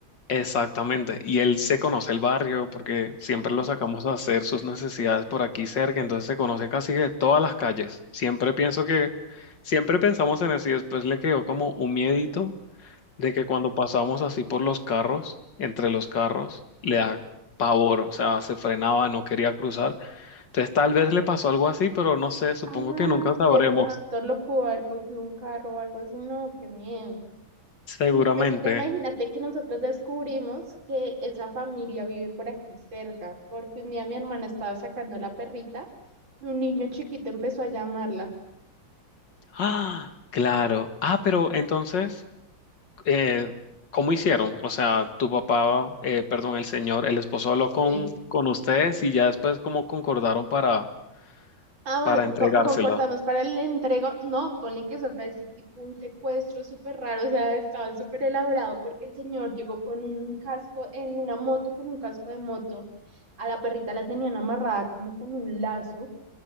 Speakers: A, on the left (about 60°); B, on the right (about 75°).
A: Exactamente. Y él se conoce el barrio porque siempre
B: Claro.
A: lo sacamos a hacer sus necesidades por aquí cerca, entonces se conoce casi que todas las calles. Siempre pienso que, siempre pensamos en eso y después le quedó como un miedito de que cuando pasamos así por los carros, entre los carros, le da pavor, o sea, se frenaba, no quería cruzar. Entonces tal vez le pasó algo así, pero no sé, supongo
B: Ay,
A: que nunca sabremos,
B: de pronto lo pudo haber cogido un carro o algo así. No, qué miedo.
A: seguramente.
B: A mi perrita, imagínate que nosotros descubrimos que esa familia vive por aquí cerca, porque un día mi hermana estaba sacando a la perrita y un niño chiquito empezó a llamarla.
A: Ah, claro. Ah, pero entonces, eh, ¿cómo hicieron? O sea, tu papá, eh, perdón, el señor, el esposo habló con,
B: Sí.
A: con ustedes y ya después cómo concordaron para,
B: Ah, bueno,
A: para
B: con-
A: entregársela.
B: concordamos para el entrego. No, ponle que eso fue así, tipo un secuestro súper raro, o sea, estaba súper elaborado porque el señor llegó con un casco, en una moto, con un casco de moto. A la perrita la tenían amarrada como con un lazo